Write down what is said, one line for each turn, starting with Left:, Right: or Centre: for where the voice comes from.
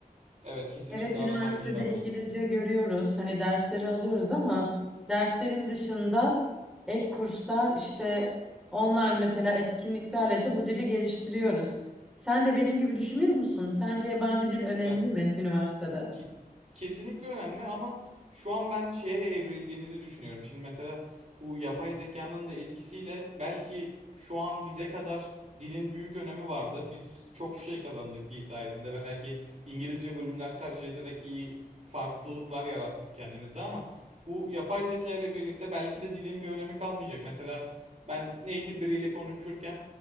Right: evet kesinlikle
Centre: Evet, üniversitede
Right: aranan bir şart
Centre: İngilizce
Right: oluyor.
Centre: görüyoruz. Hani dersleri alıyoruz ama derslerin dışında ek kurslar işte online mesela etkinliklerle de bu dili geliştiriyoruz. Sen de benim gibi düşünüyor musun? Sence yabancı dil önemli
Right: Ben
Centre: mi üniversitede?
Right: Ki- Kesinlikle önemli ama şu an ben şeye evrildiğimizi düşünüyorum. Şimdi mesela bu yapay zekanın da etkisiyle belki şu an bize kadar dilin büyük önemi vardı. Biz çok şey kazandık dil sayesinde. Belki İngilizce bölümler tercih ederek iyi farklılıklar yarattık kendimizde ama bu yapay zeka ile birlikte belki de dilin bir önemi kalmayacak. Mesela ben native biriyle konuşurken